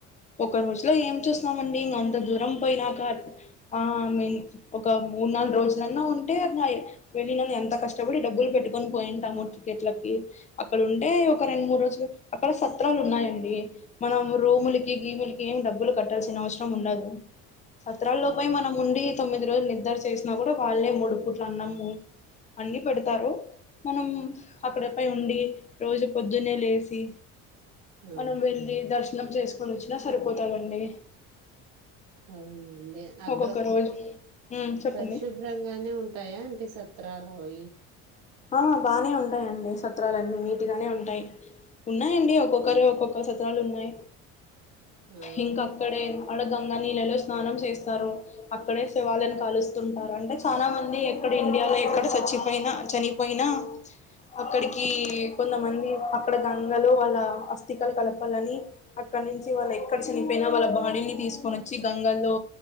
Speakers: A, on the left (about 25°); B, on the right (about 85°).
A: ఒక రోజులో ఏం చూస్తామండి ఇంగ అంత దూరం పోయినాక ఐ మీన్ ఒక మూడు నాలుగు రోజులన్నా ఉంటే వెళ్ళిన ఎంత కష్టపడి డబ్బులు పెట్టుకొని పోయింటాము టికెట్లకి అక్కడ ఉంటే ఒక రెండు మూడు రోజులు అక్కడ సత్రాలు ఉన్నాయండి మనం రూముల గీములకి ఏం డబ్బులు కట్టాల్సిన అవసరం ఉండదు సత్రాల్లో
B: అవును
A: పోయి మనం ఉండి తొమ్మిది రోజు నిద్దరు చేసినా కూడా వాళ్ళే మూడుపూట్ల అన్నము అన్ని పెడతారు మనం అక్కడపై ఉండి రోజు పొద్దున్నే లేచి
B: ఆ
A: మనం వెళ్ళి దర్శనం చేసుకొని వచ్చినా సరిపోతాదండి
B: అవును ఏ అక్కడ
A: ఒక్కొక్క రోజు ఉమ్ చెప్పండి
B: పరిశుభ్రంగానే ఉంటాయా అంటే సత్రాలు పోయి
A: ఆ బానే ఉంటాయండి సత్రాలు అన్నీ నీటిగానే ఉంటాయి ఉన్నాయండి ఒక్కొక్కరు ఒక్కొక్క సత్రాలు ఉన్నాయి
B: ఆ
A: ఇంకా అక్కడే వాడ గంగా నీళ్ళళ్ళో స్నానం చేస్తారు అక్కడే శవాలను కాలుస్తుంటారు అంటే చానా మంది ఎక్కడ ఇక్కడ ఇండియాలో ఎక్కడ చచ్చిపోయినా చనిపోయినా అక్కడికి కొంతమంది అక్కడ గంగలో వాళ్ళ అస్థికలు కలపాలని అక్కడ అక్కడి నుంచి వాళ్ళ ఎక్కడ చనిపోయినా వాళ్ళ బాడీని తీసుకొని వచ్చి గంగల్లో